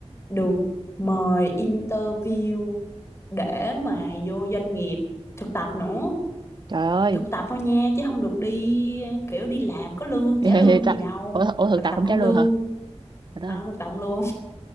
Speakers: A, on the left; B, on the right.
A: được mời interview để mà vô doanh nghiệp thực tập nữa
B: trời ơi
A: thực tập thôi nha chứ không được đi ờ, kiểu đi làm có lương
B: <laughs>
A: trả lương gì đâu
B: ủa, th- ủa thực
A: thực
B: tập
A: tập
B: không
A: không
B: trả lương
A: lương
B: hả Trời đất
A: à,
B: ơi.
A: không thực tập không lương